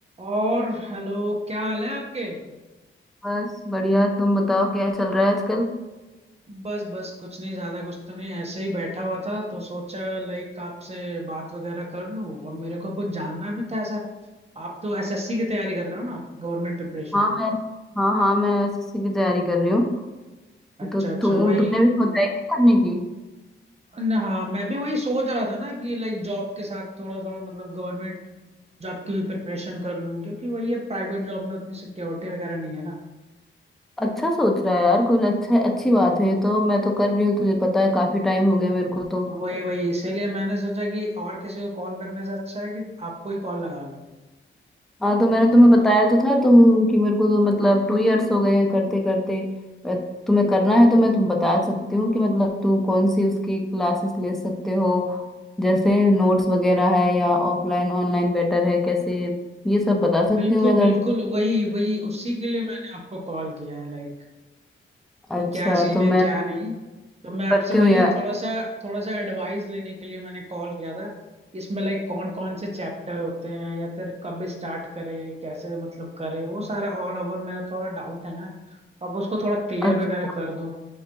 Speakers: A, on the right (about 30°); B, in the centre.
A: और हेलो क्या हाल है आपके
B: बस बढ़िया तुम बताओ क्या चल रहा है आजकल
A: बस बस कुछ नहीं ज्यादा कुछ तो नहीं ऐसे ही बैठा हुआ था तो सोचा लाइक आपसे बात वगैरह कर लूं और मेरे को कुछ जानना भी था ऐसा आप तो एसएससी की तैयारी कर रहे हो ना गवर्नमेंट प्रिपरेशन
B: हाँ मैं हाँ हाँ मैं एसएससी की तैयारी कर रही हूँ
A: अच्छा
B: तो
A: अच्छा
B: तू
A: वही
B: तुमने भी सोचा है क्या करने की
A: न- हाँ मैं भी वही सोच रहा था ना कि लाइक जॉब के साथ थोड़ा थोड़ा मतलब गवर्नमेंट जॉब की भी प्रिपरेशन कर लूं क्योंकि वही है प्राइवेट जॉब में उतनी सिक्योरिटी वगैरह नहीं है ना
B: अच्छा सोच रहा है यार कुछ अच्छा अच्छी बात है तो मैं तो कर रही हूँ तुझे पता है काफी टाइम हो गया मेरे को तो
A: वही वही इसीलिए मैंने सोचा कि और किसी को कॉल करने से अच्छा है कि आपको ही कॉल लगा लूं
B: हाँ तो मैंने तुम्हें बताया तो था तुम कि मेरे को तो मतलब टू इयर्स हो गए हैं करते करते अ, तुम्हें करना है तो मैं तुम्हें बता सकती हूँ कि मतलब तुम कौन सी उसकी क्लासेस ले सकते हो जैसे नोट्स वगैरह है या ऑफलाइन ऑनलाइन बेटर है कैसे ये सब बता सकती
A: बिल्कुल
B: हूँ मैं अगर
A: बिल्कुल वही वही उसी के लिए मैंने आपको कॉल किया है लाइक
B: अच्छा
A: कि क्या सीन
B: तो
A: है
B: मैं
A: क्या नहीं तो मैं आपसे
B: करती
A: वही
B: हूँ यार
A: थोड़ा सा थोड़ा सा एडवाइस लेने के लिए मैंने कॉल किया था इसमें लाइक कौन कौन से चैप्टर होते हैं या फिर कब स्टार्ट करें कैसे मतलब करें वो सारा ऑल ओवर मेरा थोड़ा डाउट है ना अब उसको थोड़ा क्लियर
B: अच्छा
A: वगैरह कर दो